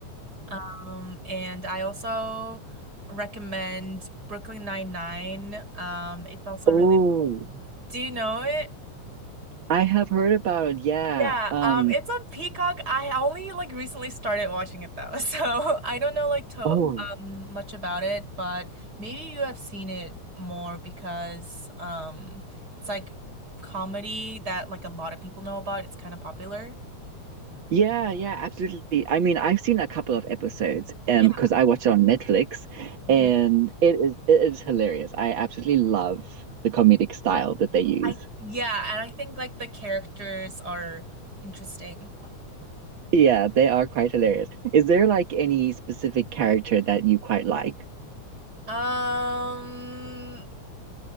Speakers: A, on the right; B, on the right.
A: Um, and I also recommend Brooklyn Nine-Nine. Um, it's also
B: Oh,
A: really Do you know it?
B: I have heard about it. Yeah.
A: Yeah,
B: Um,
A: um, it's on Peacock. I only like recently started watching it though, <laughs> so I don't know like to
B: oh,
A: um much about it, but maybe you have seen it more because um it's like comedy that like a lot of people know about. It's kind of popular.
B: yeah, yeah, absolutely. I mean, I've seen a couple of episodes um
A: Yeah.
B: because I watch it on Netflix
A: Mhm.
B: and it is it is hilarious. I absolutely love the comedic style that they use.
A: I yeah, and I think like the characters are interesting.
B: Yeah, they are quite hilarious. Is there like any specific character that you quite like?
A: Um,